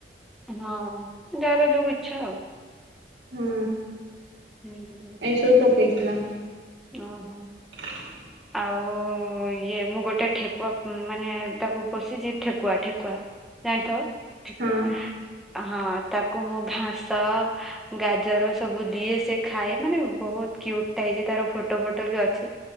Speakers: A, in the centre; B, on the right.
A: ହଁ ଯାହାର ଯୋଉ ଇଚ୍ଛା ଆଉ
B: ହୁଁ।
A: ହୁଁ ହୁଁ।
B: ଏସବୁ ପକେଇଥିଲା।
A: ଓ ହୋ।
B: <unintelligible>
A: ଆଉ ଇଏ ମୁଁ ଗୋଟେ ଠେକୁଆ ମାନେ ତାକୁ ପୋଶିଛି ଠେକୁଆ ଠେକୁଆ ଜାଣିଥିବ?
B: ହୁଁ।
A: ହଁ ତାକୁ ମୁଁ ଘାସ ଗାଜର ସବୁ ଦିଏ ସେ ଖାଏ ମାନେ ବହୁତ କିୟୁଟ୍ ହେଇଛି ତାର ଫଟୋ ଫଟୋ ବି ଅଛି